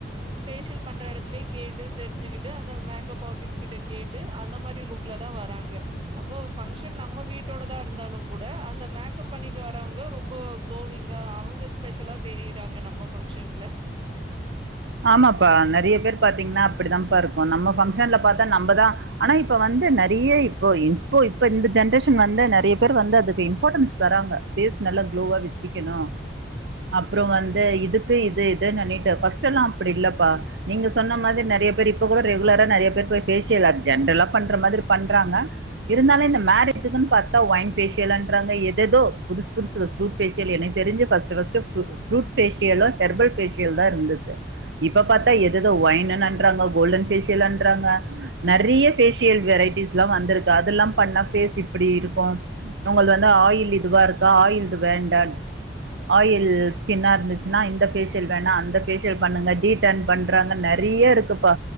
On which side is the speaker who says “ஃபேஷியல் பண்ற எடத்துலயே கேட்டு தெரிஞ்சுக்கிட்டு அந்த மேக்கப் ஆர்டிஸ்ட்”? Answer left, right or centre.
Right